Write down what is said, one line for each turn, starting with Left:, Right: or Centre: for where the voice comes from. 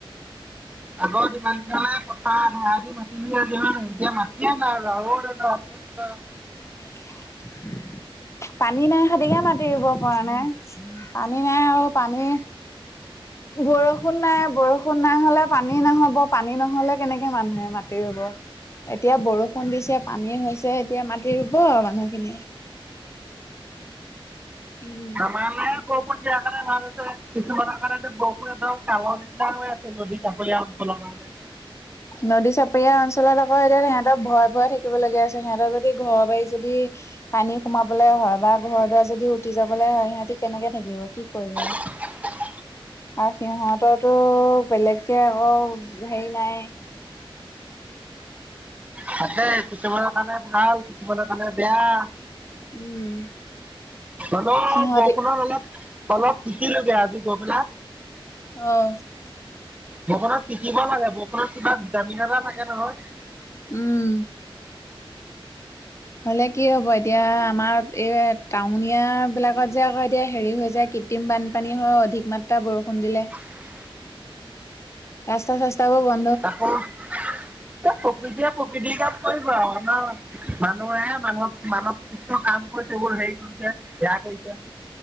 Right: আগত যিমান দিনা পথাৰ ধাৰে দি যে মাটি দিয়ে যে এতিয়া মা <inaudible>
Left: হেই <inaudible> পানী নাই, সেইদিখে মাটি ৰুব পৰা নাই। পানী নাই আৰু পানী বৰষুণ নাই- বৰষুণ নাই হ'লে পানী নহ'ব পানী নহ'লে কেনেকে মানুহে মাটি ৰুব এতিয়া বৰষুণ দিছে, পানী হৈছে এতিয়া মাটি ৰুব আৰু মানুহখিনি। উম
Right: মানে বৰষুণ দিয়া কাৰণে ভাল হৈছে। কিছুমানৰ কাৰণে তো বৰষুণ একদম কালৰ নিচিনা হৈ আছে। <unintelligible>
Left: নদী চাপৰীয়া অঞ্চলত আকৌ এতিয়া সিহঁতে ভয়ে- ভয়ে থাকিবলগীয়া হৈছিল, সিহঁতৰ যদি ঘৰ- বাৰি যদি পানী সোমাবলে হয় বা ঘৰ দুৱাৰ যদি উটি যাবলৈ হয়, সিহঁতি কেনেকে থাকিব কি কৰিব।
Right: <inaudible>
Left: আৰু সিহঁতৰতো বেলেগকে আৰু হেৰি নাই
Right: তাকেই, কিছুমানৰ কাৰণে ভাল কিছুমানৰ কাৰণে বেয়া।
Left: উম
Right: অলপ
Left: সিহঁতি
Right: বৰষুণত অলপ- অলপ তিতিলোগে আজি গধুলা
Left: অ
Right: বৰষুণত তিতিব লাগে, বৰষুণত কিবা ভিটামিন এটা থাকে নহয়।
Left: উম হলে কি হ'ব, এতিয়া আমাৰ এই টাউনীয়া বিলাকত যে আকৌ এতিয়া হেৰি হৈ যায় কৃত্ৰিম বানপানী হয়, অধিক মাত্ৰা বৰষুণ দিলে।
Right: <unintelligible>
Left: ৰাস্তা- চাস্তাবোৰ বন
Right: আকৌ এ প্ৰকৃতিয়ে প্ৰকৃতিৰ কাম কৰিব আৰু, আমাৰ মানুহে মানুহক মানৱ সুস্থ কাম কৰি এইবোৰ হেৰি কৰিছে, বেয়া কৰিছে